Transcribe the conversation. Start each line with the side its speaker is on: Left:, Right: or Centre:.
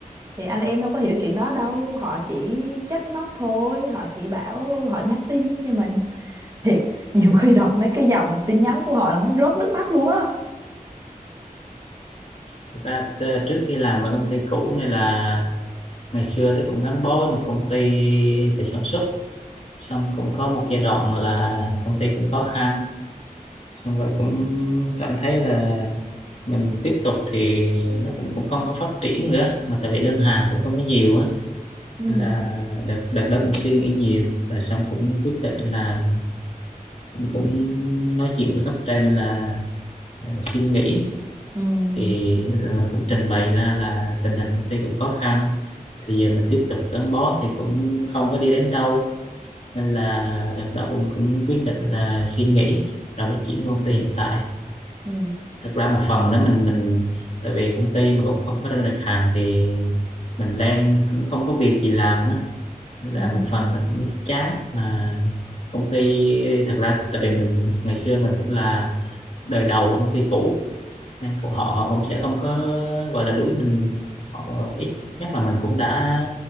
Right: thì anh em đâu có hiểu chuyện đó đâu họ chỉ trách móc thôi họ chỉ bảo họ nhắn tin cho mình thiệt nhiều khi đọc mấy cái dòng tin nhắn của họ là muốn rớt nước mắt luôn á
Left: Thực ra t- trước khi làm ở công ty cũ này là ngày xưa tôi cũng gắn bó với một công ty về sản xuất xong cũng có một giai đoạn là công ty cũng khó khăn xong rồi cũng cảm thấy là mình tiếp tục thì nó cũng cũng không có phát triển nữa mà tại vì đơn hàng cũng không có nhiều á
Right: ừ
Left: nên là đợt đợt đó cũng suy nghĩ nhiều rồi xong cũng quyết định là cũng cũng nói chuyện với cấp trên là ờ, xin nghỉ
Right: ừ
Left: thì rồi mình cũng trình bày ra là tình hình công ty cũng khó khăn thì giờ mình tiếp tục gắn bó thì cũng không có đi đến đâu nên là đợt đó cũng cũng quyết định là suy nghĩ rồi mới chuyển qua công ty hiện tại
Right: ừ
Left: thực ra một phần đó mình mình tại vì công ty mà cũng không có đơn đặt hàng thì mình lên cũng không có việc gì làm á Nên là
Right: ừ
Left: một phần nó cũng chán mà công ty thật ra tại vì mình ngày xưa mình cũng là đời đầu của công ty cũ nên cũng- họ họ cũng sẽ không có gọi là đuổi mình họ ít ít nhất là mình cũng đã,